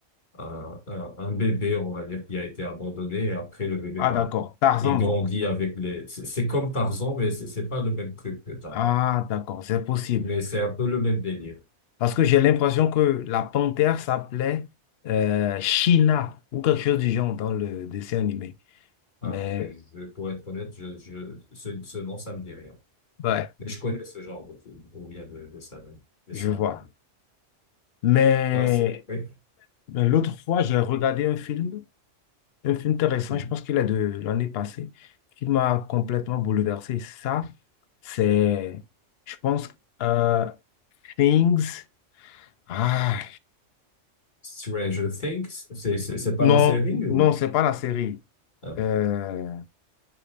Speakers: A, on the left; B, on the left.
A: un, un, un bébé, on va dire, qui a été abandonné. Et après, le bébé,
B: Ah,
A: ben,
B: d'accord. Tarzan,
A: il grandit
B: donc.
A: avec les, c'est c'est comme Tarzan, mais c'est c'est pas le même truc que Tarzan.
B: Ah, d'accord. C'est possible.
A: Mais c'est un peu le même délire.
B: Parce que j'ai l'impression que la panthère s'appelait euh, China ou quelque chose du genre dans le dessin animé.
A: Ah,
B: Mais,
A: je, pour être honnête, je, je, ce, ce nom, ça me dit rien.
B: ouais,
A: Mais je connais ce genre de film, ou bien de, de ça même, de
B: je
A: ça
B: vois.
A: même.
B: Mais.
A: Ah, c'est, oui.
B: Ben, L'autre fois, j'ai regardé un film, un film intéressant,
A: Mhm.
B: je pense qu'il est de l'année passée, qui m'a complètement bouleversé. Ça, c'est, je pense, euh, Things. Ah,
A: Stranger Things, c'est, c'est, c'est pas
B: non,
A: la série ou?
B: non, c'est pas la série.
A: Ah,
B: Euh,